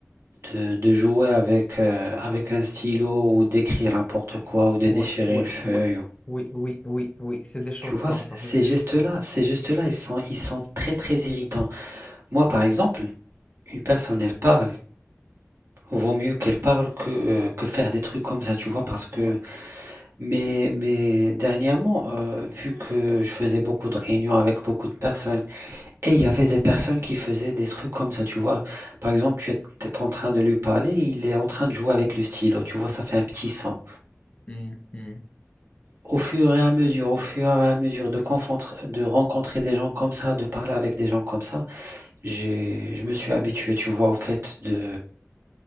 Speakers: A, on the right; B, on the left.
A: de, de jouer avec, euh, avec un stylo ou d'écrire n'importe quoi ou de déchirer
B: Ouais, ouais,
A: une feuille.
B: ouais. Oui, oui, oui, oui. C'est des choses
A: Tu vois,
B: comme
A: c-
B: ça.
A: ces
B: C'est des
A: gestes-là,
B: choses comme ça.
A: ces gestes-là, ils sont, ils sont très très irritants. Moi, par exemple, une personne, elle parle. Vaut mieux qu'elle parle que, euh, que faire des trucs comme ça, tu vois, parce que...
B: Ouais.
A: Mais, mais dernièrement, euh, vu que je faisais beaucoup de réunions avec beaucoup de personnes, et il y avait des personnes qui faisaient des trucs comme ça, tu vois. Par exemple, tu es en train de lui parler, il est en train de jouer avec le stylo, tu vois, ça fait un petit son.
B: Hum, hum.
A: Au fur et à mesure, au fur et à mesure de confrontre- de rencontrer des gens comme ça, de parler avec des gens comme ça, J'ai, je me suis habitué, tu vois, au fait de,